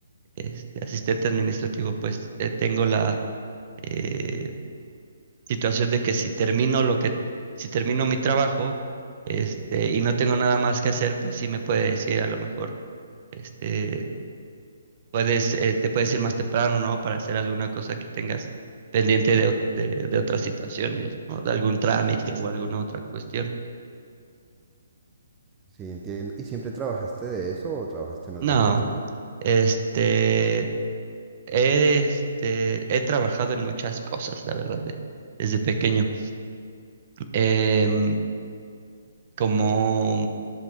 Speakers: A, on the right (about 40°); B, on the right (about 15°).
A: este, asistente administrativo, pues eh, tengo la, eh, situación de que si termino lo que, si termino mi trabajo, este, y no tengo nada más que hacer, pues sí me puede decir a lo mejor, este, puedes, eh, te puedes ir más temprano, ¿no? Para hacer alguna cosa que tengas pendiente de, ot- de, de otras situaciones, ¿no? De algún trámite o alguna otra cuestión.
B: Sí, entiendo. ¿Y siempre trabajaste de eso o trabajaste en otra
A: No,
B: cosa también?
A: este, he, este, he trabajado en muchas cosas, la verdad, de- desde pequeño. Em, como